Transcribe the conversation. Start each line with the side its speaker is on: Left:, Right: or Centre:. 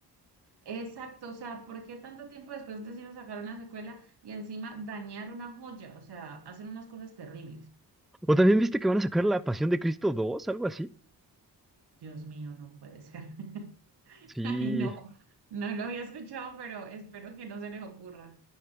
Right: exacto, o sea, ¿por qué tanto tiempo después decidieron sacar una secuela y encima dañar una joya? O sea, hacen unas cosas terribles.
Centre: O también viste que van a sacar La Pasión de Cristo 2, algo así.
Right: Dios mío, no puede ser. <laughs> <laughs>
Centre: Sí,
Right: Ay, no, no lo había escuchado, pero espero que no se les ocurra.